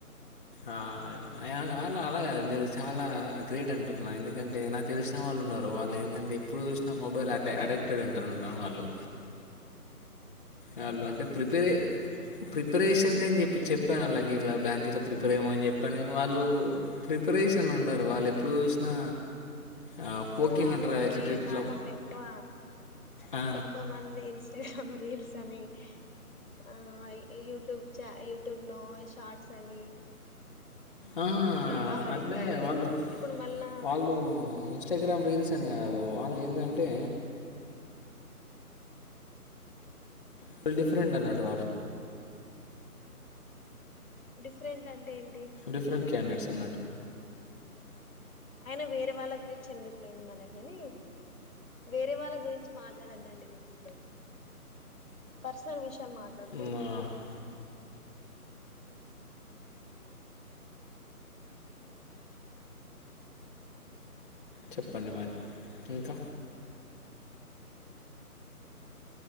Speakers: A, on the left; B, on the left.
A: ఆ ల్ ఆ అలాగ కదు మీరు చాలా గ్రేట్ అంటున్న ఎందుకంటే నాకు తెలిసిన వాళ్ళు ఉన్నారు వాళ్ళు ఎందంటే ఎప్పుడు చూసిన మొబైల్ ఆట్ అడేక్టెడ్ ఉంటారు వాళ్ళు వాళ్ళు అంటే ప్రిపేరే ప్రిపరేషన్ కని చెప్పి చెప్పాను అల్లాకి ఇట్ల బ్యాంక్ గిట్లా ప్రిపేర్ అయ్యమొ అని చెప్పాను కానీ వాళ్ళు ప్రి ప్రిపరేషన్లు ఉండరు వాళ్ళు ఎప్పుడు చూసినా ఆ, పోకింగ్
B: మ్ అవునండి
A: అంటారు కదా, ఇట్లా ఇట్లా
B: ఈ కాలంలో
A: ఇట్లా.
B: ఎక్కువ
A: ఆ,
B: ఎక్కువ మంది ఇన్స్టాగ్రామ్ రీల్స్ అని ఆ ఇ యూటు చ్ యూటుబ్ లో షార్ట్స్ అని
A: ఆ
B: ఇట్లా బాగా అడిక్ట్
A: అంటే
B: అవుతున్నారు
A: వాళ్ళు
B: ఇప్పుడు మళ్ళా
A: వాళ్ళు ఇన్స్టాగ్రామ్ రీల్స్ సని కాదు వాళ్ళు ఎందంటే ఫుల్
B: ఉమ్
A: డిఫరెంట్ అన్నట్టు వాళ్ళు
B: డిఫరెంట్ అంటే ఎం
A: డిఫరెంట్ క్యాండేట్స్ అన్నట్టు
B: అయిన వేరే వాళ్ళ గురించి ఎందుకులేండి మనకుగాని వేరే వాళ్ళ గురించి మాట్లాడద్దండి. దింట్లో పర్సనల్ విష్ మాట్లాడుకోవదండి
A: మ్, ఆహా. చెప్పండి మరి ఇంక